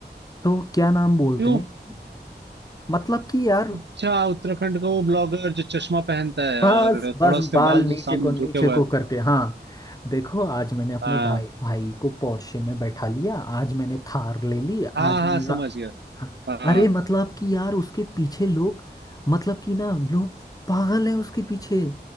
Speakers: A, on the left; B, on the right.
A: तो क्या नाम बोलते
B: क्यों
A: हैं मतलब कि यार
B: अच्छा उत्तराखंड का वो ब्लॉगर जो चश्मा पहनता है
A: बस
B: और
A: बस
B: थोड़ा उसके
A: बाल
B: बाल
A: नीचे
B: जो सामने
A: को नीचे
B: झुके हुए
A: को
B: हैं
A: करके हाँ देखो आज मैंने अपने
B: हाँ
A: भाई भाई को पोर्शे में बैठा लिया आज मैंने थार ले ली आज
B: हाँ
A: मेरा
B: हाँ समझ गया
A: हाँ,
B: हाँ
A: अरे मतलब कि यार उसके पीछे लोग मतलब कि ना लोग पागल है उसके पीछे